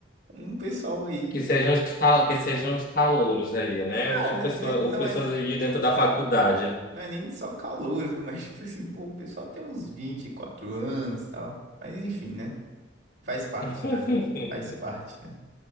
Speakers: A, on the right (about 70°); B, on the left (about 50°).
A: um pessoal aí,
B: Que sejam os cal... que sejam os calouros ali, né?
A: não,
B: Ou,
A: né,
B: pessoa...
A: né, não
B: Ou pessoas
A: é,
B: ali dentro da faculdade.
A: não é nem só calouros, né? <laughs> Mas tipo assim, pô, o pessoal tem uns 24 anos e tal, mas enfim, né? Faz parte
B: <laughs>
A: da, faz parte, né?